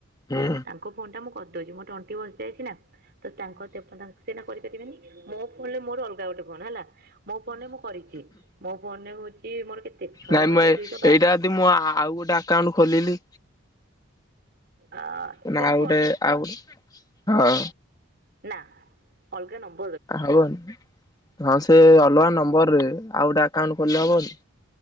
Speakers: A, on the left; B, on the right.
A: ହୁଁ
B: ତାଙ୍କ ଫୋନ ଟା ମୁଁ କରିଦଉଚି ମୋର ତଣ୍ଟି ବସି ଯାଇଛି ନା ତ ତାଙ୍କ ସେ ଫୋନ ତାଙ୍କ ସେ ଏନା କରିପାରିବେନି ମୋ ଫୋନ ରେ ମୋର ଅଲଗା ଗୋଟେ ଫୋନ ହେଲା ମୋ ଫୋନ ରେ ମୁଁ କରିଚି। ମୋ ଫୋନ ରେ ହଉଚି ମୋର କେତେ ଛଅ
A: ନାଇଁ
B: ହଜାର
A: ମୁଁ ଏ
B: ଦୁଇଶହ ବାଷଠି
A: ଏଇଟା ଯଦି ମୁଁ ଆ ଆ ଆଉ ଗୋଟେ ଆକାଉଣ୍ଟ ଖୋଲିଲି?
B: ଆ
A: ନା
B: ସେମ୍
A: ଆଉ
B: ଫୋନ
A: ଗୋଟେ
B: ରେ
A: ଆଉ ଗୋଟେ ହଁ
B: ନା ଅଲଗା ନମ୍ବ
A: ହବନି ହଁ ସେ ଅଲଗା ନମ୍ବର ରେ ଆଉ ଗୋଟେ ଆକାଉଣ୍ଟ ଖୋଲ ହବନି?